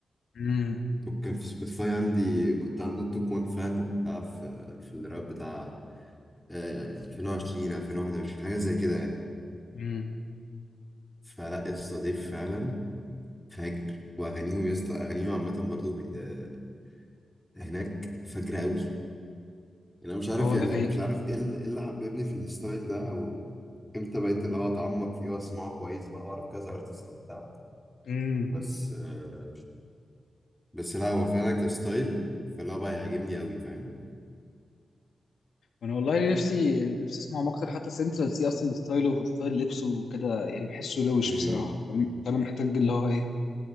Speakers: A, on the left; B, in the centre.
A: امم
B: وكان في سبوتيفاي عندي كنت عنده التوب 1 فان وبتاع في في الراب بتاع آه 2020 2021 حاجة زي كده يعني
A: امم
B: فلا لسه ضيف فعلا فاجر وأغانيهم يسطا أغانيهم عامة برضو آه هناك فاجرة أوي يعني انا مش عارف
A: هو
B: يعني
A: ده حقيقي
B: مش عارف ايه اللي إيه اللي حببني في الستايل ده او امتى بقيت اللي هو اتعمق فيه واسمعه كويس بقى واعرف كذا ارتست وبتاع
A: امم
B: بس آه بس لا هو فعلا كستايل فاللي هو بقى يعجبني قوي فاهم
A: انا والله نفسي نفسي اسمعهم اكتر حتى سنترال سي اصلا ستايله وستايل لبسه وكده يعني بحسه روش
B: امم
A: بصراحه فانا محتاج اللي هو ايه